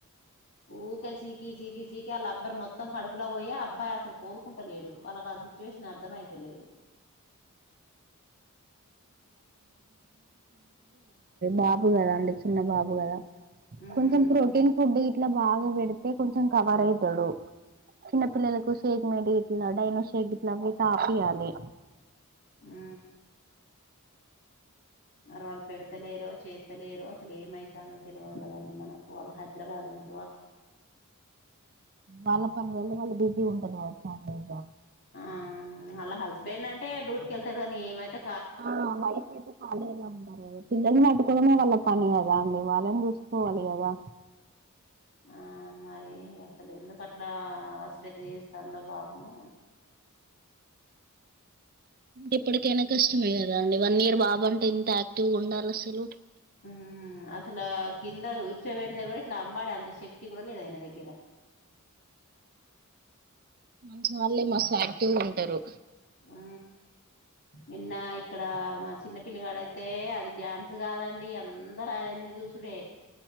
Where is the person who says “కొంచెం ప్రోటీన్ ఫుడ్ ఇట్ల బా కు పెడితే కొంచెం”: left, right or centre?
Right